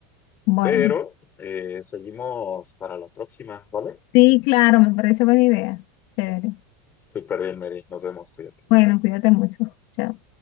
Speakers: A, on the left; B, on the left.
A: Bueno,
B: pero eh, seguimos para la próxima, ¿vale?
A: sí, claro, me parece buena idea. Chévere.
B: Súper bien, Mary. Nos vemos, cuídate.
A: Bueno, cuídate mucho. Chao.